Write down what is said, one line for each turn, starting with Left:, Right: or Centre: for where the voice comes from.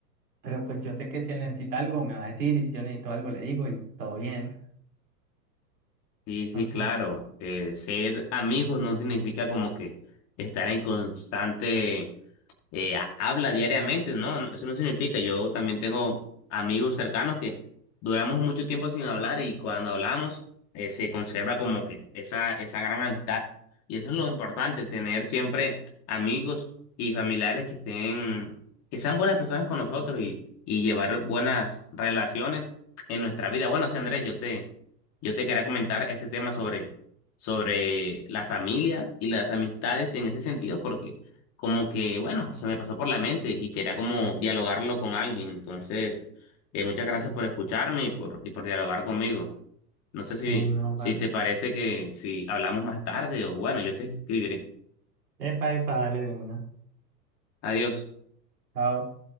Right: Pero pues yo sé que si él necesita algo, me va a decir, y si yo necesito algo, le digo, y todo bien.
Left: Sí,
Right: Entonces,
Left: sí, claro. eh, ser amigos no significa como que estar en constante eh, ha- habla diariamente, ¿no? No, Eso no significa, yo también tengo amigos cercanos que duramos mucho tiempo sin hablar y cuando hablamos eh, se conserva como que esa, esa gran amistad. Y eso es lo importante, tener siempre amigos y familiares que estén, que sean buenas personas con nosotros y, y llevar buenas relaciones en nuestra vida. Bueno, sí, Andrés, yo te, yo te quería comentar ese tema sobre, sobre la familia y las amistades en ese sentido, porque como que, bueno, se me pasó por la mente y quería como dialogarlo con alguien. Entonces, eh, muchas gracias por escucharme y por, y por dialogar conmigo. No sé si,
Right: ey, no, vale.
Left: si te parece que si hablamos más tarde o bueno, yo te escribiré.
Right: Epa, epa, dale de una.
Left: Adiós.
Right: Chao.